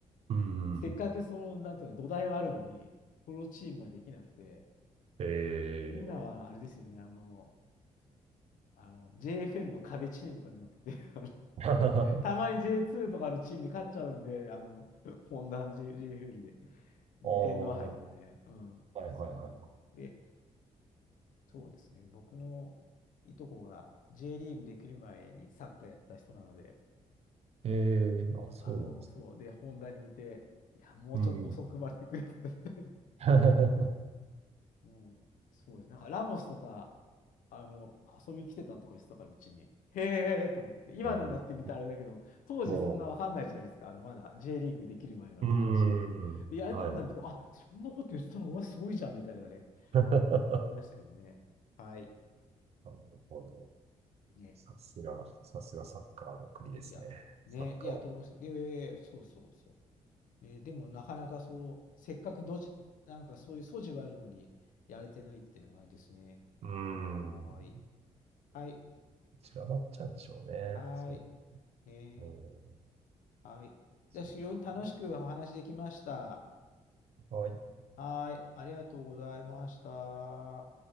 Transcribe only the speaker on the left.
せっかくその、なんていうか、土台はあるのに、プロチームができなくて、
今はあれですよね、
あの、あの JFL の壁チームがなってて、<laughs> あの
たまに J2 とかのチームに勝っちゃうんで、あの、ホンダ J- JFL で、うん天皇杯とかね。
うん。
そうそう。で、そうですね。僕のいとこが J リーグできる前にサッカーやってた人なので、
うんあの、
そう。で、ホンダにいて、いや、もうちょっと遅く生まれてくれよみたいな
うん、そうです。なんかラモスとか、あの、遊び来てたとか言ってたから、うちに。へえと思って。今になってみたらあれだけど、
当時そんなわかんないじゃないですか。
あの、まだ J リーグできる前の話で。
で、やるとなると、
あ、そんなこと言ってたの、うわ、すごいじゃん、みたいなね。
思いましたけどね。はい。
ね。
いやいや。
ね。いや、と思います。で、そうそうそう。ね、でも、なかなかそう、せっかくどじ、なんかそういう素地はあるのに、やれてないっていうのがあれですね。
はーい。
はい。
はーい。
ねえ。
はい。
じゃあ、非常に楽しくお話できました。
はい。ありがとうございました。